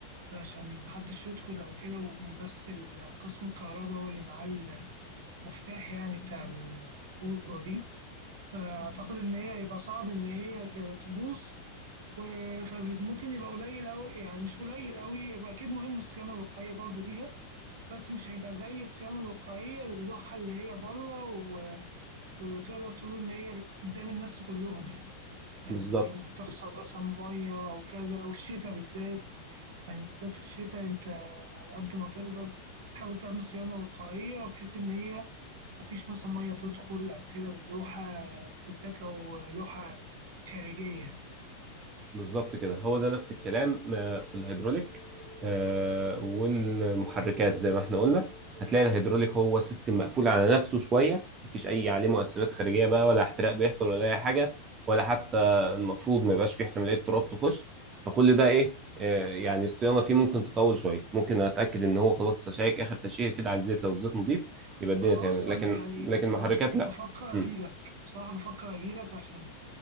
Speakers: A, on the right; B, on the right.
A: علشان محدش يدخل أو كده وبس ال- قسم الكهرباء هو اللي معاه المفتاح يعني بتاع الأوضة دي فأعتقد إن هي هيبقى صعب إن هي تبقى تبوظ و- فممكن يبقى قليل أوي يعني مش قليل أوي يبقى أكيد مهم الصيانة الوقائية برضو ليها بس مش هيبقى زي الصيانة الوقائية للوحة اللي هي بره و- وتقدر تقول إن هي قدام الناس كلهم يعني يعني
B: بالظبط
A: هي ممكن تحصل مثلا مية أو كذا أو الشتاء بالذات يعني بالذات في الشتاء أنت على قد ما تقدر تحاول تعمل صيانة وقائية بحيث إن هي مفيش مثلا مية تدخل أو كده اللوحة بالذات لو لوحة خارجية
B: بالظبط كده هو ده نفس الكلام آه، في الهيدروليك آه، والمحركات زي ما احنا قلنا هتلاقي الهيدروليك هو سيستم مقفول على نفسه شوية مفيش أي عليه مؤثرات خارجية بقى ولا احتراق بيحصل ولا أي حاجة ولا حتى المفروض ما يبقاش فيه احتمالية تراب تخش فكل ده إيه آه، يعني الصيانة فيه ممكن تطول شوية ممكن أتأكد إن هو خلاص أشيك آخر تشيكة كده على الزيت لو الزيت نضيف يبقى الدنيا
A: خلاص
B: تمام
A: أنا
B: لكن
A: يعني
B: لكن المحركات لأ
A: بفكر
B: مم.
A: أجيلك بصراحة بفكر أجيلك عشان